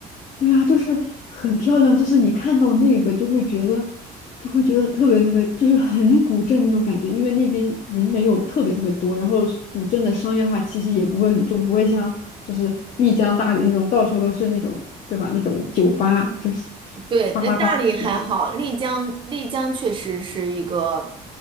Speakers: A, on the left; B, on the right.
A: 对啊，就是很漂亮，就是你看到那个就会觉得，就会觉得特别特别，就是很古镇那种感觉，因为那边人没有特别特别多，然后是古镇的商业化气息也不会很重，不会像就是丽江、大理那种到处都是那种，对吧？那种酒吧就是
B: 对，
A: 哗啦哗啦这样，
B: 那大理还好，丽江，丽江确实是一个，